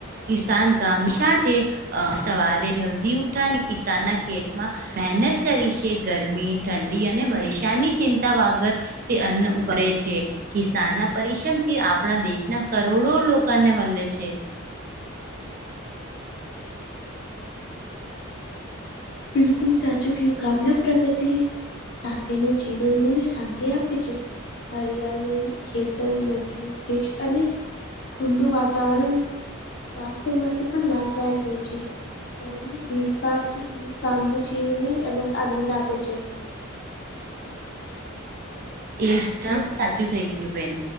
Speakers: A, on the right; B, on the left.
A: કિસાન ગામાશા છે અહ સવારે જલ્દી ઉઠા અને કિસાનના ખેતમાં મહેનત કરી છે ગરમી ઠંડી અને બરીસાની ચિંતા વાગર તે અન્ન ઉગડે છે કિસાન ના પરિશ્રમથી આપણા દેશના કરોડો લોકા ને મલે છે.
B: બિલકુલ સાચુ કયું કામના પ્રગતિ સાથેનું જીવન મને શાંતિ આપે છે. હરિયાલી, ખેતર, નદીઓ વૃક્ષ અને ખુલ્લું વાતાવરણ સ્વાસ્થ્ય માટે પણ લાભદાયક હોય છે શહેરની ભીડભાડથી દૂર. <unintelligible> અલગ આનંદ આપે છે.
A: એકદમ સાચું થઈ ગયું બેન